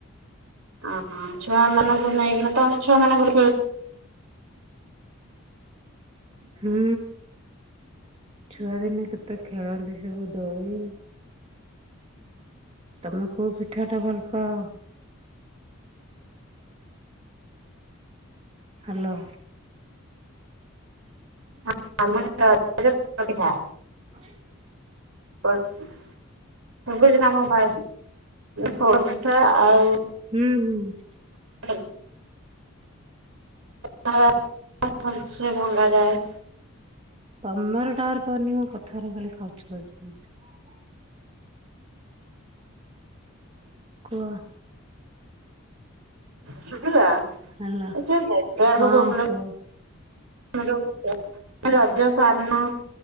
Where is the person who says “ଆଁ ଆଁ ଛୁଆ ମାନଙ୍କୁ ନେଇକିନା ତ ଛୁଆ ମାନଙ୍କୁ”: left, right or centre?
Right